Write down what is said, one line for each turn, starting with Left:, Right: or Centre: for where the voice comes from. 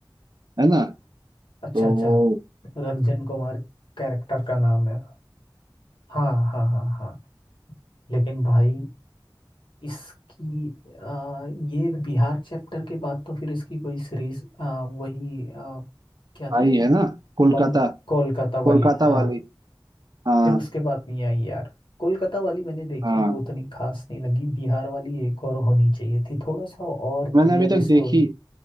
Right: है ना
Left: अच्छा
Right: तो
Left: अच्छा
Right: वो
Left: रंजन कुमार कैरेक्टर का नाम है हाँ हाँ हाँ हाँ लेकिन भाई इसकी आ, ये बिहार चैप्टर के बाद तो फिर इसकी कोई सीरीज आ, वही आ, क्या थी
Right: आई
Left: वो?
Right: है ना कोलकाता
Left: बंग कोलकाता
Right: कोलकाता
Left: वाली हाँ
Right: वाली हाँ
Left: फिर उसके बाद मियां यार कोलकाता वाली मैंने देखी
Right: हाँ
Left: वो उतनी खास नहीं लगी बिहार वाली एक और होनी चाहिए थी थोड़ा सा और
Right: मैंने
Left: रियल
Right: अभी तक
Left: स्टोरी
Right: देखी